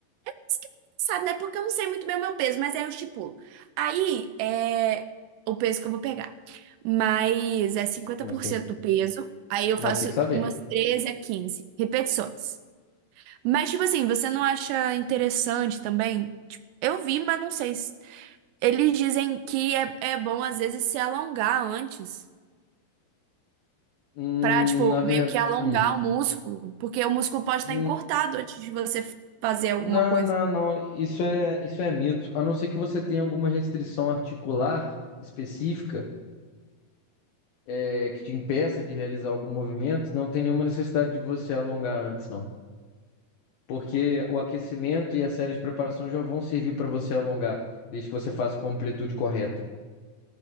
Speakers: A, on the right; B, on the left.
A: Isso que é engraçado, né? Porque eu não sei muito bem o meu peso, mas aí eu estipulo. Aí é o peso que eu vou pegar. Mas é cinquenta
B: mas
A: por
B: tem
A: cento
B: que
A: do peso. Aí eu
B: Mas
A: faço
B: tem que saber.
A: umas 13 a 15 repetições. Mas, tipo assim, você não acha interessante também? Tipo, eu vi, mas não sei. se- Eles dizem que é, é bom, às vezes, se alongar antes.
B: Hum,
A: Pra, tipo,
B: na verdade.
A: meio que alongar
B: Hum.
A: o músculo. Porque o músculo pode estar
B: Hum,
A: encurtado antes de você fazer alguma
B: Não,
A: coisa.
B: não, não. Isso é, isso é mito. A não ser que você tenha alguma restrição articular específica, é, que te impeça de realizar algum movimento, não tem nenhuma necessidade de você alongar antes, não. Porque o aquecimento e a série de preparação já vão servir para você alongar, desde que você faça com a amplitude correta.